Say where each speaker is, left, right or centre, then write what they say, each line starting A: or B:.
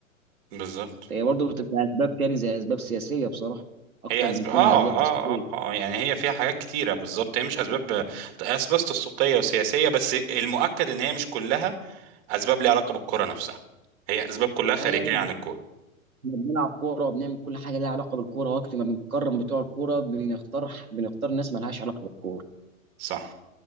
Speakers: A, on the right (about 40°); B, on the right (about 85°).
A: بالظبط
B: فهي برضه بتبقى اسباب كان زي اسباب سياسيه بصراحه اكتر
A: هي اسباب
B: من كونها
A: آه,
B: اسباب
A: اه
B: تسويقيه
A: اه اه يعني هي فيها حاجات كتيره بالظبط هي مش اسباب اسباب تسويقيه وسياسيه بس المؤكد ان هي مش كلها اسباب ليها علاقه بالكره نفسها هي اسباب كلها خارجيه
B: لا يعني
A: عن الكوره
B: احنا بنلعب كوره وبنعمل كل حاجه ليها علاقه بالكوره وقت ما بنكرم بتوع الكوره بنختار بنختار ناس ما لهاش علاقه بالكوره
A: صح